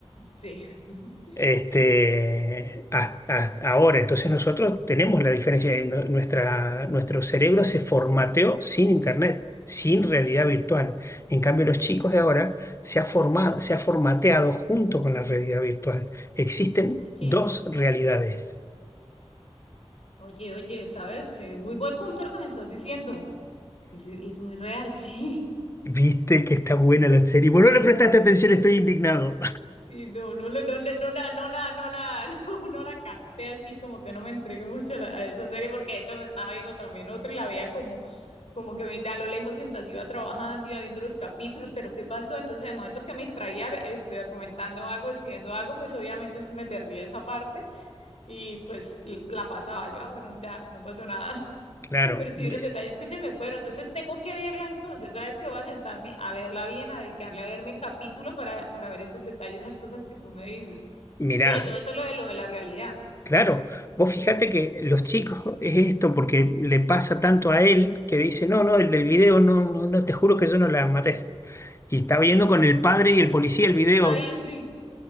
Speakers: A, on the left (about 75°); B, on the left (about 25°).
A: sí. <laughs>
B: Este, a- a- ahora, entonces nosotros tenemos la diferencia, nu- nuestra, nuestro cerebro se formateó sin internet, sin realidad virtual. En cambio, los chicos de ahora se ha formado, se ha formateado junto con la realidad virtual. Existen
A: Oye,
B: dos realidades.
A: oye, oye, ¿sabes? Eh, Muy buen punto lo que me estás diciendo. Es, es muy real, <laughs> sí.
B: Viste que está buena la serie. Bueno, no le prestaste atención, estoy indignado. <laughs>
A: Sí, no, no, la- no, la- no, la, no, la, no, la, <laughs> no, no la capté así, como que no me entregué mucho a, la- a esa serie, porque de hecho me estaba viendo también otra y la veía como, como que me- a lo lejos mientras iba trabajando, iba viendo los capítulos, pero ¿qué pasó? Entonces, en momentos que me distraía, este, argumentando algo, escribiendo algo, pues obviamente se me perdía esa parte y pues l- la pasaba yo, ah, bueno, ya no pasó nada,
B: Claro,
A: <laughs> pero sí
B: me-
A: vieron detalles que se me fueron, entonces tengo que verla entonces, ¿sabes que Voy a sentarme a verla bien, a dedicarle a verme capítulo para, para ver esos detalles, esas cosas que tú me dices,
B: Mirá,
A: sobre todo eso lo de lo de la realidad,
B: claro, vos fijate que los chicos es esto porque le pasa tanto a él que dice, no, no, el del video, no, no, no, te juro que yo no la maté. Y está viendo con el padre y el policía el video
A: ahí sí,